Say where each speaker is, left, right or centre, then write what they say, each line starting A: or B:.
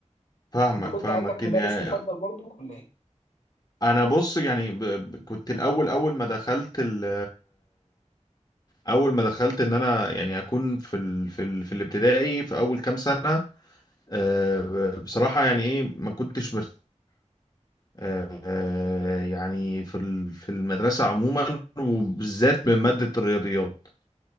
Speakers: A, on the left; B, on the left.
A: فاهمك
B: أنت كنت
A: فاهمك
B: عندك مدرس
A: يعني
B: مفضل برضه ولا إيه؟
A: انا بص يعني ب... ب- كنت الاول اول ما دخلت ال... اول ما دخلت ان انا يعني اكون في ال... في ال... في الابتدائي في اول كام سنة آه، بصراحة يعني ايه ما كنتش مرت... آه، آه، يعني في ال... في المدرسة عموما وبالذات من مادة الرياضيات